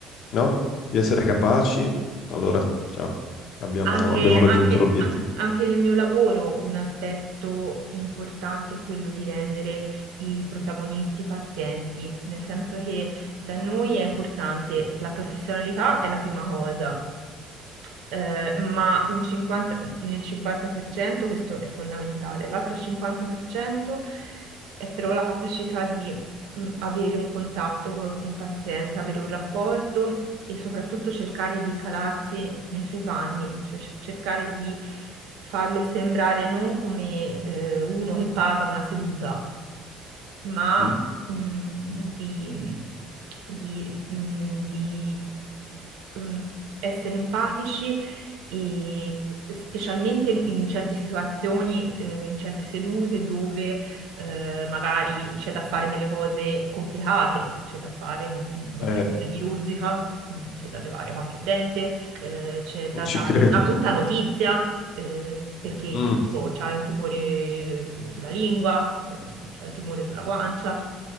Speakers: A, on the left; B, on the right.
A: no? Di essere capaci, allora, ciao, abbiamo
B: Anche,
A: abbiamo raggiunto
B: anche-
A: l'obiettivo.
B: an- anche nel mio lavoro un aspetto importante è quello di rendere i protagonisti pazienti, nel senso che da noi è importante la professionalità è la prima cosa, eh, ma un 50 nel 50% questo è fondamentale. L'altro 50% è però la capacità di mh, avere un contatto con un paziente, avere un rapporto e soprattutto cercare di calarsi nei suoi panni, cioè c- cercare di farlo sembrare non come eh, uno che paga una seduta, ma
A: Mm?
B: mm, di, mhmm, di, mm, di, mm, essere empatici e specialmente in in certe situazioni, eh, in certe sedute dove eh, magari c'è da fare delle cose complicate, c'è da fare uno- un'operazione
A: Eh,
B: chirurgica, mm, c'è da levare qualche dente eh, c'è da
A: ci
B: dare
A: credo.
B: una brutta notizia, eh, perché
A: Mm.
B: che ne so, c'hai un tumore eh, sulla lingua, eh, c'hai un tumore sulla guancia.